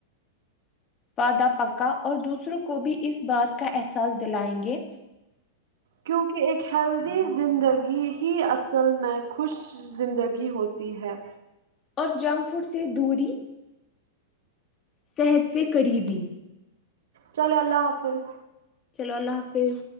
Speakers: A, on the left (about 25°); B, on the right (about 85°).
A: وعدہ پکا اور دوسروں کو بھی اس بات کا احساس دلائیں گے
B: کیونکہ ایک ہیلدی زندگی ہی اصل میں خوش زندگی ہوتی ہے
A: اور جنک فوڈ سے دوری صحت سے قریبی
B: چلو اللہ حافظ
A: چلو اللہ حافظ